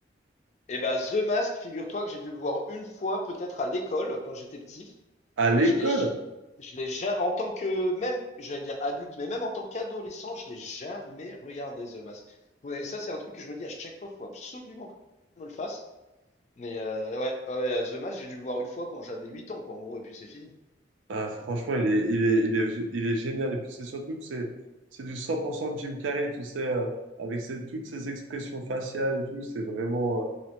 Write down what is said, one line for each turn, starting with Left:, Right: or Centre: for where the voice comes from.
Left: Et bah The Mask, figure-toi que j'ai dû le voir une fois, peut-être à l'école quand j'étais petit.
Right: À l'école,
Left: Et je l'ai, j- je l'ai jamais, en tant que, même, j'allais dire adulte, mais même en tant qu'adolescent, je l'ai jamais regardé The Mask. Ouais, et ça, c'est un truc que je me dis à chaque fois, faut absolument qu'on me le fasse. Mais euh, ouais, ouais, ouais, The Mask, j'ai dû le voir une fois quand j'avais 8 ans, quoi, en gros, et puis c'est fini.
Right: ah, franchement, il est, il est, il est, il est génial. Et puis c'est surtout que c'est, c'est du 100% Jim Carrey, tu sais, euh, avec ses- toutes ses expressions faciales et tout. C'est vraiment, euh,